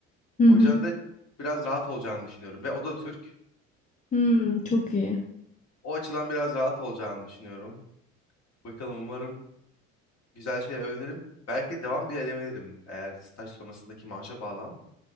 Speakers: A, on the left (about 20°); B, on the left (about 40°).
A: Hı
B: O
A: hı.
B: yüzden de biraz rahat olacağını düşünüyorum ve o da Türk.
A: Hmm, çok iyi.
B: O açıdan biraz rahat olacağını düşünüyorum. <laughs> Bakalım umarım güzel şey öğrenirim. Belki devam bile edebilirim eğer staj sonrasındaki maaşa bağlı ama.